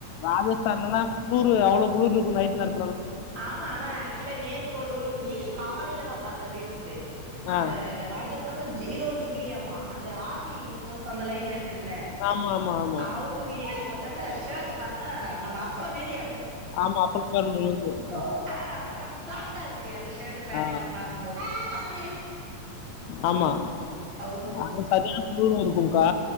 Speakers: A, on the left (about 80°); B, on the right (about 40°).
A: ராஜஸ்தான்லலாம் குளுரு அவ்ளோ குளுருருக்கும் நைட் நேரத்
B: ஆமா ஆனா ஆக்சுவலா நேத்து ஒரு ரூல் இன்னிக்கு காலேல தா பாத்தேன் ரீல்ஸ் ஸு அந்த
A: ஆ
B: ராஜஸ் அப்பலா ஜீரோ டிகிரியா மா அந்த ஆர்மி ஃபோர்ஸ் அந்த லைன்ல இருக்குல்ல
A: ஆமா ஆமா ஆமா
B: அவுங்க வீடு ஏத்து ப ஒருத்தங்க ஷர்ட் பாத்தா நம்ப அப்பளமேரி
A: ஆமா அப்பளம் மாரி நொறுங்கும்
B: ஓ ஆ அப்டம் பிளாட்டா இருக்கு அந்த ஷ ட் பேண்ட்
A: ஆ,
B: எல்லாம் பாகும்போது
A: ஆமா
B: ஓ
A: அது சரியா குளுரும் இருக்கும்கா